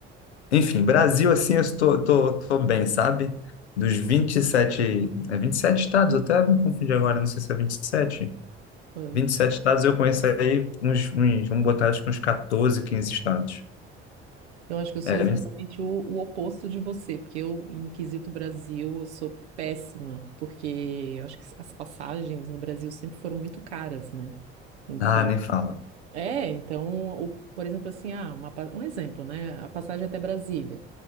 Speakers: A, on the left (about 80°); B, on the right (about 85°).
A: Enfim, Brasil, assim, eu estou tô, tô bem, sabe? Dos 27, é 27 estados, eu até me confundi agora, não sei se é vinte vinte e sete,
B: Ah,
A: vinte e
B: só-
A: sete estados eu conheço aí uns, uns vamos botar acho que uns 14, quinze estados.
B: Eu acho que eu sou
A: É,
B: exatamente
A: 20
B: o, o oposto de você, porque eu, em quesito Brasil, eu sou péssima, porque eu acho que as passagens no Brasil sempre foram muito caras, né? Então,
A: ah, nem fala.
B: é, então, o- por exemplo, assim, ah, uma pa- um exemplo, né? A passagem até Brasília.